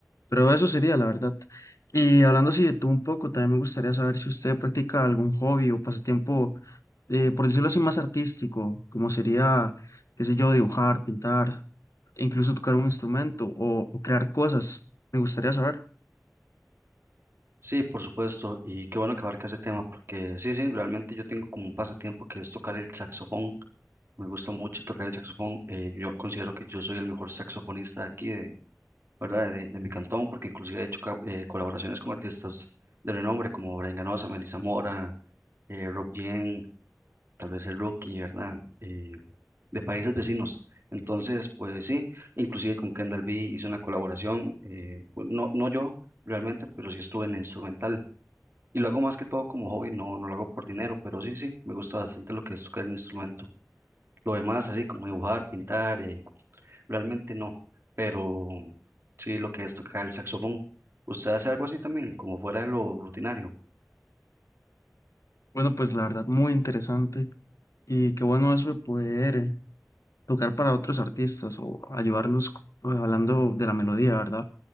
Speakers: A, on the left; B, on the right.
A: Pero eso sería la verdad. Y hablando así de tú un poco, también me gustaría saber si usted practica algún hobby o pasatiempo, eh, por decirlo así, más artístico, como sería, qué sé yo, dibujar, pintar, e incluso tocar un instrumento o, o crear cosas. Me gustaría saber.
B: Sí, por supuesto, y qué bueno que abarca ese tema, porque sí, sí, realmente yo tengo como un pasatiempo que es tocar el saxofón. Me gusta mucho tocar el saxofón. eh, yo considero que yo soy el mejor saxofonista aquí de, ¿verdad? De, de mi cantón, porque inclusive he hecho ca- eh, colaboraciones con artistas de renombre como Brian Ganosa, Melissa Mora, eh, Rob Yen, tal vez el Rookie, ¿verdad? Eh, de países vecinos. Entonces, pues sí, inclusive con Kendall B hice una colaboración, eh, pues, no, no yo realmente, pero sí estuve en el instrumental. Y lo hago más que todo como hobby, no, no lo hago por dinero, pero sí, sí, me gusta bastante lo que es tocar el instrumento. Lo demás, así como dibujar, pintar, eh, realmente no, pero sí lo que es tocar el saxofón. ¿Usted hace algo así también, como fuera de lo rutinario?
A: Bueno, pues la verdad, muy interesante y qué bueno eso de poder eh, tocar para otros artistas o ayudarlos co- hablando de la melodía, ¿verdad?